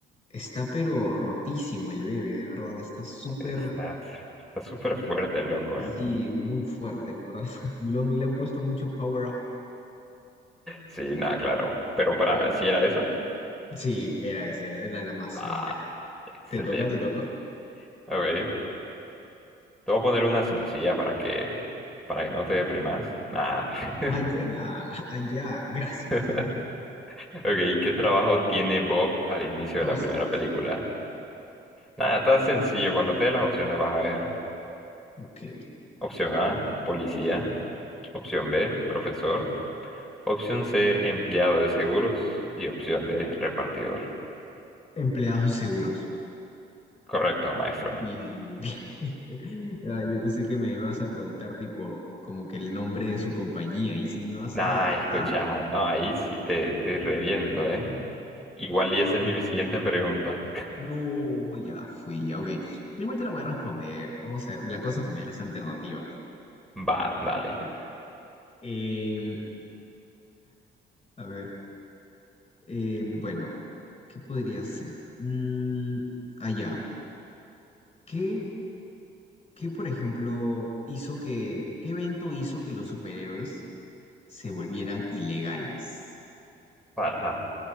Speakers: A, on the left (about 30°); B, in the centre.
A: está pero rotísimo el bebé, de verdad, está súper...
B: Está, está súper fuerte, el loco,
A: Sí,
B: ¿eh?
A: muy fuerte, la verdad. <laughs> Le han, le han puesto mucho power up.
B: Sí, nada, claro. Pero para,
A: Bueno,
B: si era esa?
A: sí, era esa, era, era la más
B: Va,
A: obvia. la verdad.
B: excelente.
A: ¿Te toca, te toca?
B: Ok, te voy a poner una sencilla para que, para que no te deprimas. Nada. <laughs>
A: Allá, allá, gracias.
B: <laughs> Ok, ¿qué trabajo tiene Bob al inicio
A: No
B: de la
A: seas.
B: primera película? Nada, está sencillo. Cuando te dé las opciones vas a ver.
A: Ok.
B: Opción A, policía. Opción B, profesor. Opción C, empleado de seguros. Y opción D, repartidor.
A: Empleados seguros.
B: Correcto, maestro.
A: Bien, <laughs> bien. Ah, Yo pensé que me ibas a preguntar, tipo, como que el nombre de su compañía y si me vas
B: Nah,
A: a agarrar.
B: escucha, no, ahí sí te, te reviento, ¿eh? Igual y esa es mi siguiente pregunta.
A: No, ya fui, ya, ok. Igual te la voy a responder. Vamos a ver. La cosa es que me des alternativas.
B: Va, dale.
A: A ver. em, a ver. Eh, bueno, ¿qué podría ser? Mm, allá. ¿Qué, qué, por ejemplo, hizo que, qué evento hizo que los superhéroes se volvieran ilegales?
B: Para.